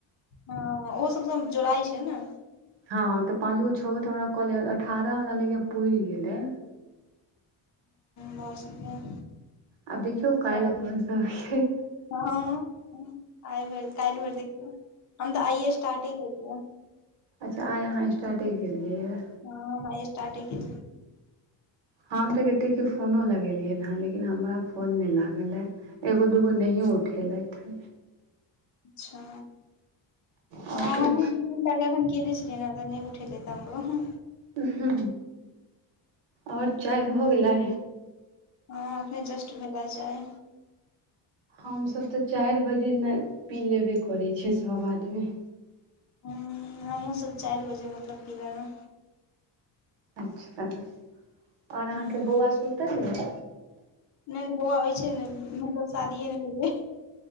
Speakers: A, on the left; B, on the right.
A: हँ ओहो सब सब जोड़ाइ छै नऽ।
B: हँ तऽ पाँच गो छओ गो तऽ हमरा के अठारह हमरा ले पुर गेलै
A: भऽ सकैये
B: आब देखियौ कालल
A: आओर
B: अपन सब छै,
A: हँ आइ भर काल्हि भर देखियौ हम तऽ आइए स्टार्टे गेलियै
B: अच्छा आइ अहाँ स्टार्टे गेलियै यऽ
A: हँँ स्टारट ही क
B: हम तऽ कतेकके फोनो लगेलियै हेँ लेकिन हमरा फोन नहि लागल हे एगो दूगो नहि उठेलते
A: अच्छा
B: आओर
A: हँ
B: कहियौ
A: हमहुँ ताके एन केलने छलि ने ओ तऽ नहि उठ लेत हमरोँ
B: ह आओर चाय भऽ गेलै।
A: हँ एखने जस्ट भेलै चाय
B: हमसभ तऽ चारि बजे ने पी लेबे करै छै सभ आदमी
A: हुं हमहुँ सब चारि बजे मतलब पिलेलहु,
B: अच्छा आओर अहाँके
A: हूँ
B: बौआ सुतल यऽ
A: नहि नहि बौआ होइ छै ने मतलब शादिए नहि भेलै